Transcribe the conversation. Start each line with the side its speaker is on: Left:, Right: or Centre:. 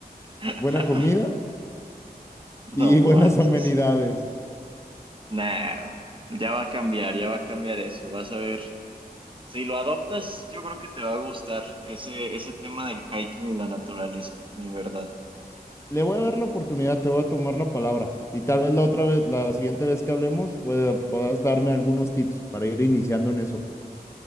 Right: <laughs>
Left: buena comida
Right: no
Left: y <laughs> buenas
Right: manches.
Left: amenidades.
Right: Nah, ya va a cambiar, ya va a cambiar eso, vas a ver. Si lo adoptas, yo creo que te va a gustar ese, ese tema del hiking y la naturaleza, de verdad.
Left: Le voy a dar la oportunidad, te voy a tomar la palabra y tal vez la otra vez, la siguiente vez que hablemos, pueda- puedas darme algunos tips para ir iniciando en eso.